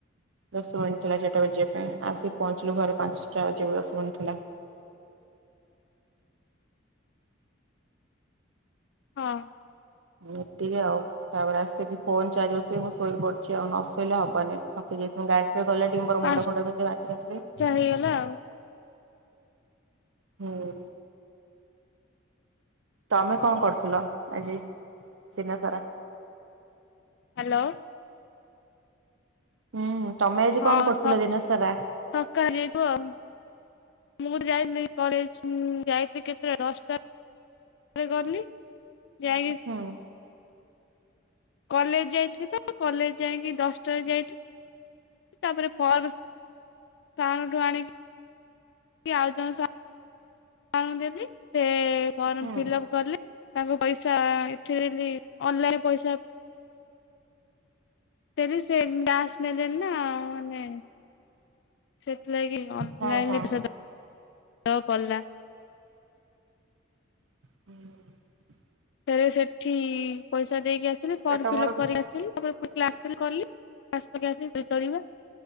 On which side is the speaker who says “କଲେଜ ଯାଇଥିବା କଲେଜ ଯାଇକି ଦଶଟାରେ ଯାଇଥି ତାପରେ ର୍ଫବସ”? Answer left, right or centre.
Left